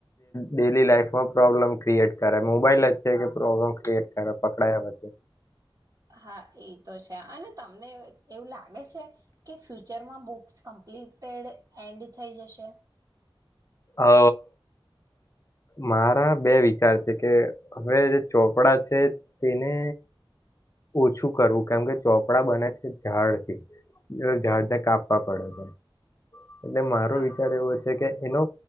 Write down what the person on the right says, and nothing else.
હા એ તો છે અને તમને એવું લાગે છે કે ફ્યુચરમાં બુક્સ કમ્પ્લીટેડ એન્ડ થઈ જશે?
હા